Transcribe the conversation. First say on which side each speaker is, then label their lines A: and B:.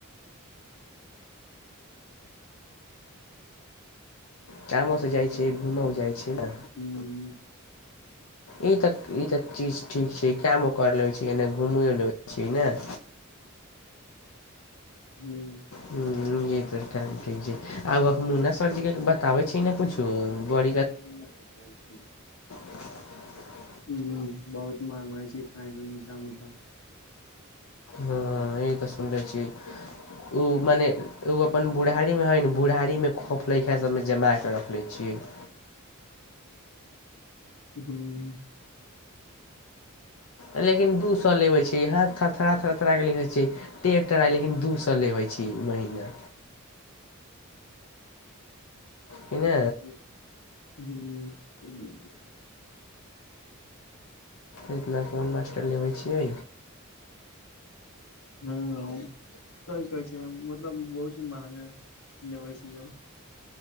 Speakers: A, on the left (about 90°); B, on the left (about 75°).
A: ह्म
B: कामो से कामोसँ जाइ छियै घूमो जाइ छियै
A: <unintelligible>
B: ने ई तऽ ई तऽ चीज ठीक छै ई कामो कर लेबे छी एने घूमियो लेबे छी न <inaudible>
A: हूँ
B: हँ इहे त काम ठीक छै आब मुना सरजी के बताबे छै ने कुछो बड्ड
A: <unintelligible>
B: <inaudible>
A: ह बहुत मार मारै छै पैंट मे मुता मुता
B: हँ ई त समझै छियै ओ मने
A: हूँ हँ
B: ओ अपन बुढ़ारीमे हइ नु बुढ़ारीमे खौफ लैका सबमे जमाके रखले छियै <inaudible>
A: हूँ
B: लेकिन दू सौ लेवे छै हाथ थड़थड़ा थड़थड़ा केे लिखै छै टेढ़ टराहि लेकिन दू सौ लेवे छै छै महिना
A: ह्म
B: कि ने इतना कोन मास्टर लेबै छियै
A: ह सही कहै छै मतलब बहुत ही महंगा लेबे छी अब